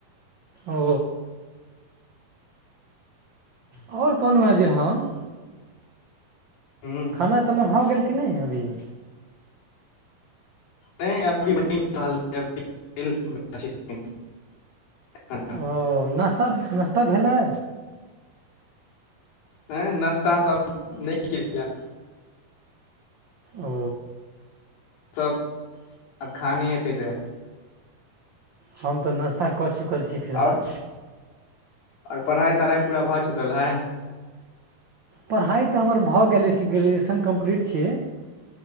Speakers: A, on the right; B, on the left.
A: ओ। आओर कहलहुँ हेँ जे हम।
B: हू।
A: खेनाई -तेनाई भऽ गेल कि नहि अभिय?
B: नहि अभी बईन रहलै या, बनै बला छै। एखन।
A: ओ नश्ता नश्ता भेलै?
B: नई नाश्ता सब नहि केलियै या।
A: ओ।
B: सब अब खाने हेएत।
A: हम तऽ नाश्ता कऽ चुकल छी। फिलहाल
B: आओर आओर पढ़ाइ -तढ़ाइ पूरा भऽ चुकल हइ?
A: पढ़ाइ तऽ हमर भऽ गेल अछी, ग्रेजुएशन कम्प्लीट छी।